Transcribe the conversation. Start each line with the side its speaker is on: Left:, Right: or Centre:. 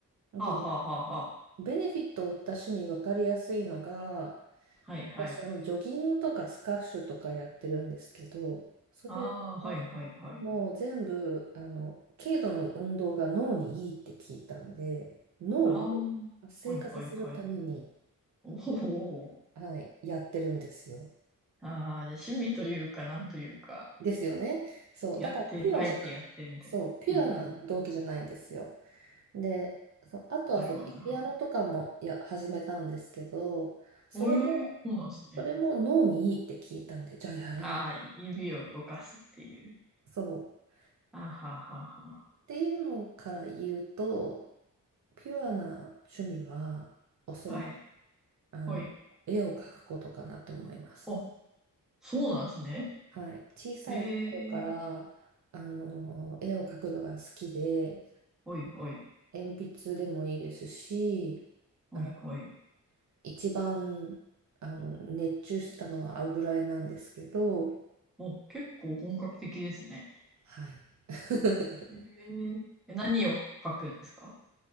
Right: で、
Centre: はあはあはあはあ。
Right: ベネフィットを負った趣味分かりやすいのが、
Centre: はいはい。
Right: 私、あの、ジョギングとかスカッシュとかやってるんですけど、それは
Centre: ああ、はいはいはい。
Right: もう全部、あの、軽度の運動が脳にいいって聞いたんで、脳を
Centre: ああ、
Right: 活性化させるために、
Centre: はいはいはい。おお。
Right: はい、やってるんですよ。
Centre: ああ、じゃあ趣味というか、なんというか。
Right: ですよね。そう、
Centre: やって、
Right: だからピュアじゃな、
Centre: あえてやってるみたいな。
Right: そう、ピュアな動機じゃないんですよ。
Centre: うんうん。
Right: で、そう、あとはそう、
Centre: なるほど、なるほど。
Right: ピアノとかもや始めたんですけど、それも、
Centre: おえー、そうなんですね。
Right: それも脳にいいって聞いたんで、じゃあやらない。
Centre: ああ、指を動かすっていう。
Right: そう。
Centre: あはははは。
Right: っていうのから言うと、ピュアな趣味は、おそらく、
Centre: はい、
Right: あの、
Centre: ほい。
Right: 絵を描くことかなと思います。
Centre: お、そうなんですね。
Right: はい。小さい頃から、
Centre: ええ
Right: あの、絵を描くのが好きで、
Centre: ほいほい、
Right: 鉛筆でもいいですし、
Centre: ほいほい。
Right: あ一番あの熱中してたのは油絵なんですけど、
Centre: お、結構本格的ですね。
Right: はい。<laughs>
Centre: えー、え何を書くんですか